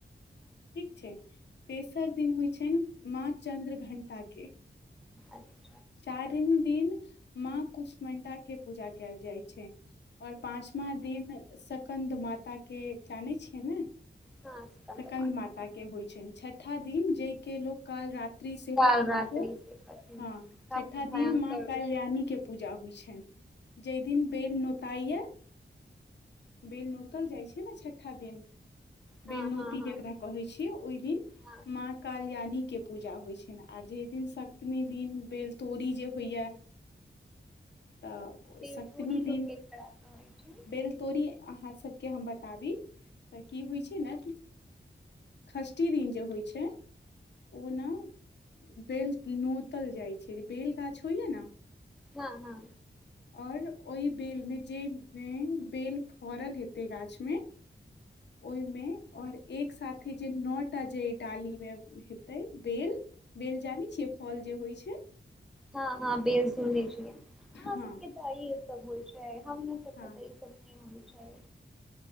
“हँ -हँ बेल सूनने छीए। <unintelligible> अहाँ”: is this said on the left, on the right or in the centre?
Centre